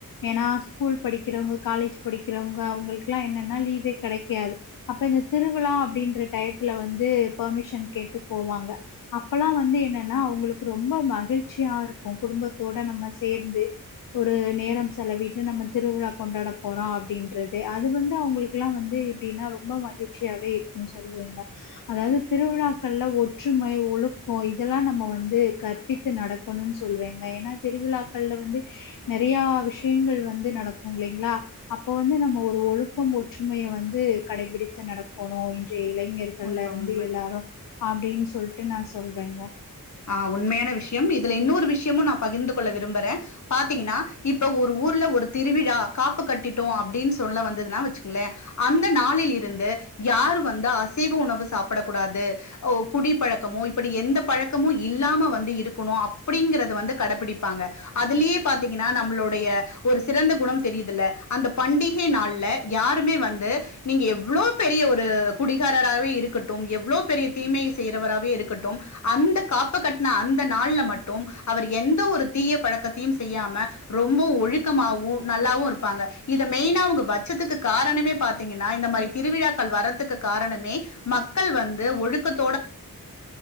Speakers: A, on the left (about 65°); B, on the left (about 50°).
A: ஏன்னா ஸ்கூல் படிக்கிறவங்க காலேஜ் படிக்கிறவங்க அவங்களுக்கெல்லா என்னனா லீவே கெடைக்காது அப்ப இந்த திருவிழா அப்டின்ற டயத்துல வந்து பர்மிஷன் கேட்டு போவாங்க அப்பலா வந்து என்னனா அவங்களுக்கு ரொம்ப மகிழ்ச்சியா இருக்கும் குடும்பத்தோட நம்ம சேர்ந்து ஒரு நேரம் செலவிட்டு நம்ம திருவிழா கொண்டாட போறோ அப்படின்றது அது வந்து அவங்களுக்குல்லா வந்து எப்படின்னா ரொம்ப மகிழ்ச்சியாவே இருக்கும்னு சொல்லுவீங்க அதாவது திருவிழாக்கள்ல ஒற்றுமை ஒழுக்கம் இதெல்லாம் நம்ம வந்து கற்பித்து நடக்கணும்னு சொல்லுவிங்க ஏன்னா திருவிழாக்கள்ல வந்து நெறைய விஷயங்கள் வந்து நடக்கும் இல்லைங்களா அப்போ வந்து நம்ம ஒரு ஒழுக்கம் ஒற்றுமைய வந்து கடைபிடித்து நடக்கணும் இளைஞர்கள்ல
B: உண்ம
A: இருந்து
B: உண்ம
A: எல்லாரும் அப்டிஞ்சிப்பா சொல்ட்டு நான் சொல்றேங்க
B: ஆ உண்மையான விஷயம் இதுல இன்னொரு விஷயமும் நா பகிர்ந்து கொள்ள விரும்புறே பாத்தீங்கன்னா இப்ப ஒரு ஊர்ல ஒரு திருவிழா காப்பு கட்டிட்டோ அப்டின்னு சொல்ல வந்தது நா வச்சுக்குங்லே அந்த நாளில் இருந்து யாரு வந்து அசைவ உணவு சாப்டக்கூடாது ஆஹ் குடி பழக்கமொ இப்படி எந்த பழக்கமொ இல்லாம வந்து இருக்கணும் அப்படிங்கறது வந்து கடைபிடிப்பாங்க அதுலயே பாத்தீங்கன்னா நம்மளுடைய ஒரு சிறந்த குணம் தெரியுதல அந்த பண்டிகை நாள்ல யாருமே வந்து நீங்க எவ்வளோ பெரிய ஒரு குடிகாரராவே இருக்கட்டும் எவ்ளோ பெரிய தீமை செய்றவராவே இருக்கட்டும் அந்த காப்பு கட்ன அந்த நாள்ல மட்டும் அவர் எந்த ஒரு தீய பழக்கத்தையும் செய்யாம ரொம்ப ஒழுக்கமாவும் நல்லாவும் இருப்பாங்க இத மெயினா அவங்க வச்சதுக்கு காரணமே பாத்தீங்கன்னா இந்த மாரி திருவிழாக்கள் வரதுக்கு காரணமே மக்கள் வந்து ஒழுக்கத்